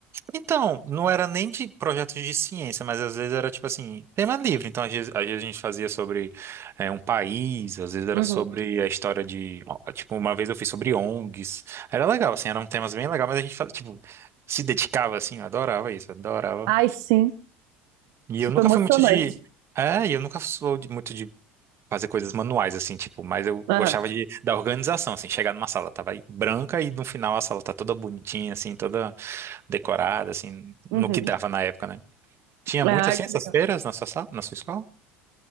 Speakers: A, on the right (about 40°); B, on the right (about 70°).
A: Então, não era nem de projetos de ciência, mas às vezes era tipo assim, tema livre. Então, às vezes, às vezes a gente fazia sobre é, um país, às vezes era
B: Uhum.
A: sobre a história de. ó, Tipo, uma vez eu fiz sobre ONGs. Era legal, assim, eram temas bem legais, mas a gente fazia, tipo, se dedicava, assim, eu adorava isso, adorava.
B: Ai, sim.
A: E
B: Tipo,
A: eu nunca
B: emocionante.
A: fui muito de. É, e eu nunca sou de- muito de fazer coisas manuais, assim, tipo, mas eu
B: Aham.
A: gostava de, da organização, assim, chegar numa sala, tava aí branca e no final a sala tá toda bonitinha, assim, toda decorada, assim, no
B: Uhum.
A: que dava na época, né? Tinha
B: Ai,
A: muito assim
B: que
A: essas
B: legal.
A: feiras na sua sala, na sua escola?